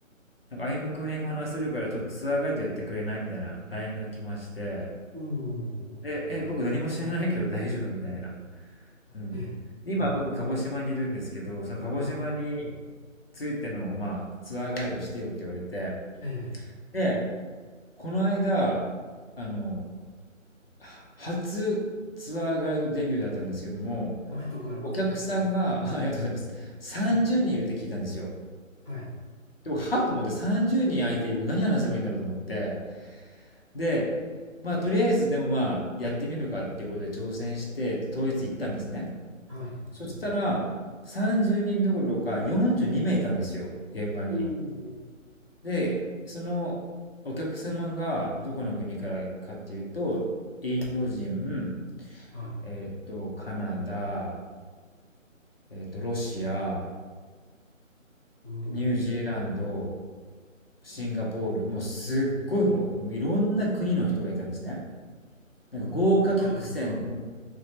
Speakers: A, on the left; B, on the right.
A: なんか、歩夢くん英語話せるからちょっとツアーガイドやってくれないみたいな LINE が来まして、
B: おー、
A: で、え、僕何も知らないけど <laughs> 大丈夫みたいな。うん。
B: ええ、
A: で、今僕鹿児島にいるんですけど、その鹿児島に
B: はい。
A: ついての、まあ、ツアーガイドしてよって言われて、
B: ええ、
A: で、この間、あの、は初ツアーガイドデビューだったんですけども、
B: おめでとうございます。
A: お客さんが、<laughs> ありがとうございます。30人いるって聞いたんですよ。
B: はい。
A: で、僕、はっと思って30人相手に僕何話せばいいんだろうと思って。で、まあ、とりあえずでもまあ、やってみるかっていうことで挑戦して、当日行ったんですね。
B: はい。
A: そしたら、30人どころか42名いいたんですよ、現場に。
B: おー、
A: で、そのお客様がどこの国からかっていうと、インド人、
B: はい。
A: えっと、カナダ、えっと、ロシア、
B: おー、
A: ニュージーランド、シンガポール、もうすっごいもう、もういろんな国の人がいたんですね。なんか豪華客船の、
B: なるほど。プロじゃないですか。